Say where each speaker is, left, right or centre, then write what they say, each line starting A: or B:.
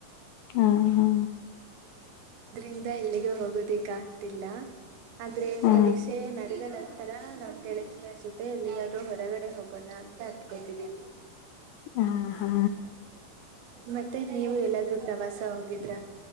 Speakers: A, on the left; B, on the right.
A: ಹಾ ಹಾ
B: ಇಂದ ಎಲ್ಲಿಗೂ ಹೋಗೋದಿಕ್ ಆಗ್ತಿಲ್ಲ ಆದ್ರೆ
A: ಹಾ
B: ಪರೀಕ್ಷೆ ನಡೆದ ನಂತರ ನಾ ಕೆಳತಿಯ ಜೊತೆ ಎಲ್ಲರೂ ಹೊರಗಡೆ ಹೋಗೋಣ ಅಂತ ಅನ್ಕೋತಿದೀವಿ
A: ಹಾ ಹಾ
B: ಮತ್ತೆ ನೀವು ಎಲ್ಲಾದ್ರೂ ಪ್ರವಾಸ ಹೋಗಿದ್ರ